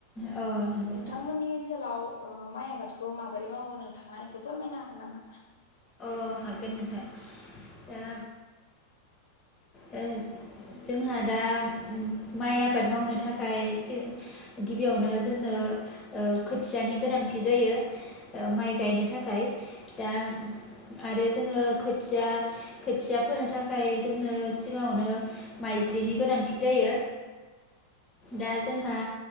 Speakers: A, on the left; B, on the left.
A: औ नंगौ नोंथां
B: नोंथांमोननि ओनसोलाव ओ माइ आबादखौ माबोरै मावो नोंथांआ एसे फोरमायनो हागोन नामा।
A: ओ हागोन नोंथां दा ओ जोंहा दा माइ आबाद मावनो थाखाय सो गिबियावनो जोंनो ओ खोथियानि गोनांथि जायो ओ माइ गायनो थाखाय दा आरो जोङो खोथिया खोथिया फोनो थाखाय जोंनो सिगाङावनो माइज्लिनि गोनांथि जायो दा जोंहा